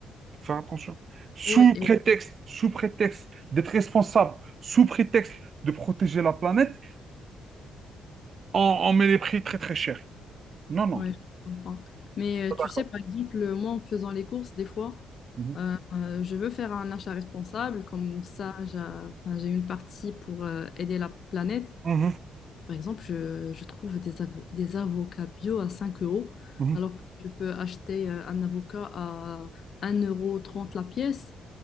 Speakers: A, on the right; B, on the left.
A: Faut faire attention. Sous
B: Ouais,
A: prétexte, sous prétexte d'être responsable, sous prétexte de protéger la planète, on, on met les prix très très chers. Non, non.
B: Ouais, je comprends. Mais euh, tu
A: D'accord.
B: sais, par exemple, euh, moi, en faisant les courses, des fois,
A: Mhm.
B: euh, euh, je veux faire un achat responsable. Comme ça, j'a- enfin, j'ai une partie pour euh, aider la planète.
A: Mhm.
B: Par exemple, je, je trouve des, avo- des avocats bio à 5 euros,
A: Mhm.
B: alors que je peux acheter euh, un avocat à un euro trente la pièce.